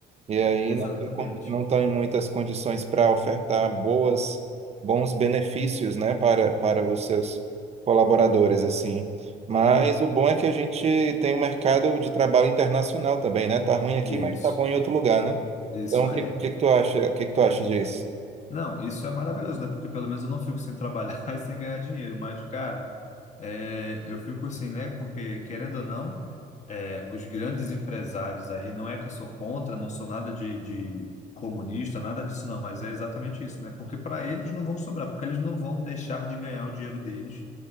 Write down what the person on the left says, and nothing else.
exatamente.
E
isso,
isso
aí.
Não, isso é maravilhoso, né? Porque pelo menos eu não fico sem trabalhar <laughs> e sem ganhar dinheiro, mas, cara. É, eu fico assim, né? Porque, querendo ou não, é, os grandes empresários aí, não é que eu sou contra, não sou nada de, de comunista, nada disso não, mas é exatamente isso, né? Porque para eles não vão sobrar, porque eles não vão deixar de ganhar o dinheiro deles